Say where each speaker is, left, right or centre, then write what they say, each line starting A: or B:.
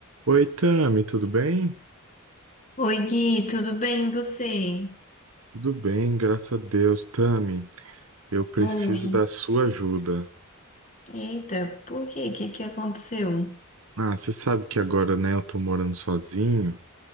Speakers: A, on the right (about 70°); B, on the left (about 35°).
A: Oi, Tami, tudo bem?
B: Oi, Gui, tudo bem e você?
A: Tudo bem, graças a Deus. Tami, eu preciso
B: Oi.
A: da sua ajuda.
B: Eita, por quê? O que que aconteceu?
A: Ah, você sabe que agora, né, eu tô morando sozinho